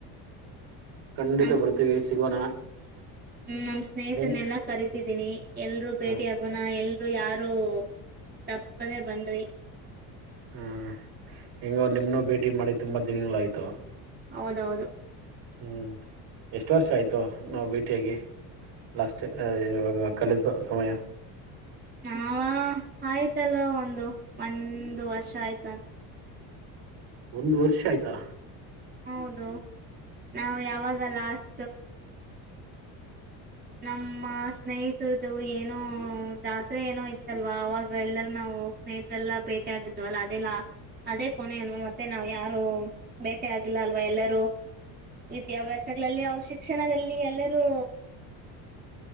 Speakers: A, on the right; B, on the right.
A: ಖಂಡಿತ
B: ನಮ್
A: ಬರ್ತೀವಿ ಸಿಗೋಣ
B: ಹ್ಮ್ ನಮ್ಮ್ ಸ್ನೇಹಿತರನೆಲ್ಲಾ
A: ಹೆಂಗ್
B: ಕರತಿದ್ದೀನಿ ಎಲ್ರುೂ ಭೇಟಿ
A: ಹ
B: ಆ ನ ಎಲ್ರುೂ ಯಾರು ತಪ್ಪದೆೇ ಬನ ರೀ
A: ಹ ಹೆಗೋ ನಿಮ್ಮೂ ಭೇಟಿ ಮಾಡಿ ತುಂಬ ದಿನಗಳಾಯಿತು
B: ಹೌದೌದು
A: ಹ್ಮ್ ಎಷ್ಟು ವರ್ಷ ಆಯ್ತು ನಾವು ಭೇಟಿಯಾಗಿ ಲಾಸ್ಟ್ ಇವಾಗ ಕಾಲೇಜ ಸಮಯ
B: ನಾವ ಆಯ್ತಲ್ವಾ ಒಂದು ಒಂದು ವರ್ಷ ಆಯ್ತ ಅನ್ಸುತ್ತೆ
A: ಒಂದು್ ವರ್ಷ ಆಯ್ತಾ
B: ಹೌದು ನಾವು ಯಾವಾಗ ಲಾಸ್ ನಮ್ಮ ಸ್ನೇಹಿತರದು ಏನೋ ಜಾತ್ರೆ ಏನೋ ಇತ್ತಲ್ವಾ ಅವವಾಗ ಎಲ್ಲರ ನಾವು ಸ್ನೇಹಿತರೆಲ್ಲಾ ಭೇಟಿ ಆಗಿದ್ು ಅಲ್ಲ ಅದೆಲ್ಲ ಅದೇ ಕೊನೆ ಅಲ್ವಾ ಮತ್ತೆ ನಾವ್ ಯಾರು ಬೇಟೆ ಆಗಿಲ್ಲ ಅಲ್ವಾ ಎಲ್ಲರೂ ವಿದ್ಯಾಭ್ಯಾಸಗಳಲ್ಲಿ ಅವ್ರ ಶಿಕ್ಷಣದಲ್ಲಿ ಎಲ್ಲರೂ